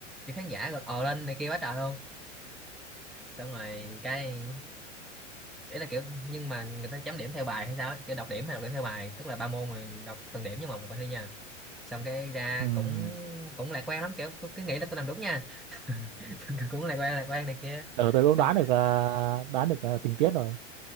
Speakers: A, in the centre; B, on the right.
A: thì khán giả gọi ồ lên này kia quá trời luôn xong rồi cái ý là kiểu nhưng mà người ta chấm điểm theo bài hay sao á, kiểu đọc điểm hay đọc điểm theo bài tức là ba môn rồi đọc từng điểm nhưng mà một bài thi nha xong cái ra
B: Ừm,
A: cũng cũng lạc quan lắm kiểu tôi cứ nghĩ là tôi làm đúng nha <laughs> Xong kiểu cũng lạc quan lạc quan này kia
B: ờ tôi cũng
A: xong
B: đoán được ờ, đoán được ờ, tình tiết rồi